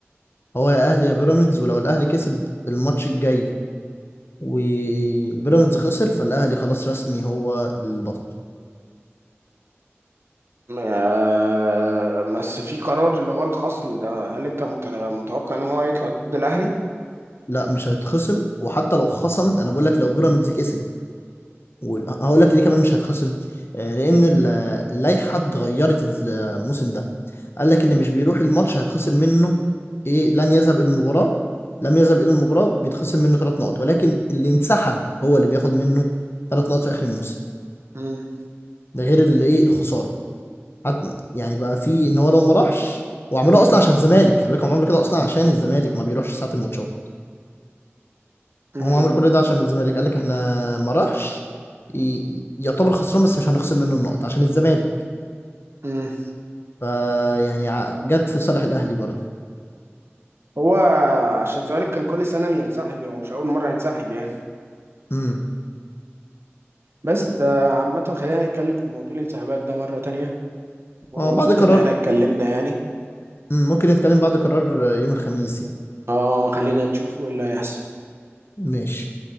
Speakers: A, on the left; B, on the right.
A: هو يا اهلي يا بيراميدز ولو الاهلي كسب الماتش الجاي وبيراميدز خسر فالاهلي خلاص رسمي هو البطل
B: آه، بس في قرار اللي هو الخصم ده هل انت مت- متوقع ان هو هيطلع ضد الاهلي؟
A: لا مش هيتخصم وحتى لو خصم انا بقول لك لو بيراميدز كسب وهقول لك ليه كمان مش هيتخصم آه، لان ال- اللائحه اتغيرت الموسم ده قال لك اللي مش بيروح الماتش هيتخصم منه ايه لن يذهب الى المباراة لم يذهب الى المباراة بيتخصم منه ثلاث نقط ولكن اللي انسحب هو اللي بياخد منه ثلاث نقط في اخر الموسم
B: مم.
A: ده غير اللي ايه الخسارة حت يعني بقى في ان هو لو ما راحش وعملوها
B: مم.
A: اصلا عشان الزمالك خلي بالك هم عملوا كده اصلا عشان الزمالك ما بيروحش ساعة الماتشات
B: مم.
A: هم عملوا كل ده عشان الزمالك قال لك احنا ما راحش ي- يعتبر خسران بس مش هنخصم منه النقط عشان الزمالك
B: مم.
A: فيعني جت في صالح الاهلي برضه
B: هو عشان الزمالك كان كل سنه بينسحب هو مش اول مره ينسحب يعني
A: امم
B: بس آه، عامه خلينا نتكلم في موضوع الانسحابات ده مره تانية وانا
A: اه
B: مبسوط
A: بعد قرار
B: ان احنا اتكلمنا يعني
A: ممكن نتكلم بعد قرار يوم الخميس يعني
B: اه خلينا نشوفه ايه اللي هيحصل
A: ماشي